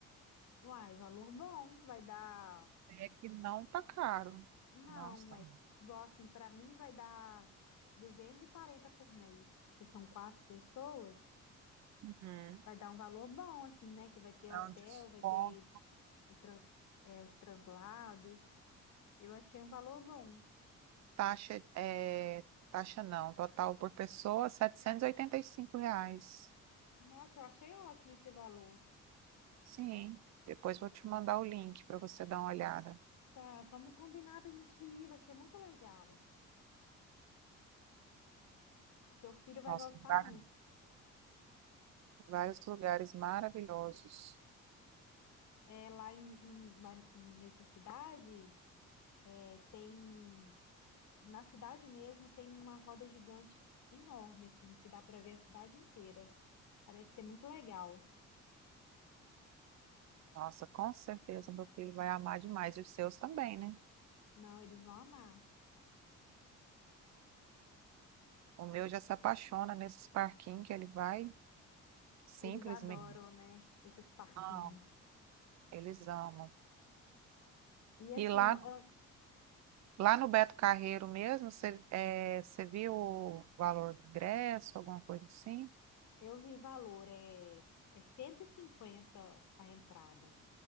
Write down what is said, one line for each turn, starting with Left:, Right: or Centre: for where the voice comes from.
Left: uai, valor bom, vai dar,
Right: É que não tá caro.
Left: não,
Right: Não está.
Left: é, igual assim, para mim vai dar 240 por mês, porque são quatro pessoas,
Right: Uhum.
Left: vai dar um valor bom assim, né? Que vai ter
Right: É
Left: hotel,
Right: um desconto.
Left: vai ter o trans, é, os translados. Eu achei um valor bom.
Right: Taxa, é, taxa não, total por pessoa, 785 reais.
Left: Nossa, eu achei ótimo esse valor.
Right: Sim, depois vou te mandar o link para você dar uma olhada.
Left: Tá, vamos combinar da gente ir, vai ser muito legal. Seu filho vai
Right: Nossa,
Left: gostar
Right: tem vários
Left: muito.
Right: vários lugares maravilhosos.
Left: É, lá em, num- lá em- nessa cidade, é, tem. Na cidade mesmo tem uma roda gigante enorme, assim, que dá para ver a cidade inteira. Parece ser muito legal.
Right: Nossa, com certeza meu filho vai amar demais. E os seus também, né?
Left: Não, eles vão amar.
Right: O meu já se apaixona nesses parquinhos que ele vai, simplesmente.
Left: Eles adoram, né? Esses parquinhos.
Right: Não, eles amam.
Left: E assim,
Right: E lá,
Left: eu, eu
Right: lá no Beto Carreiro mesmo, você eh, você viu o valor do ingresso, alguma coisa assim?
Left: Eu vi valor, é, é 150 a entrada.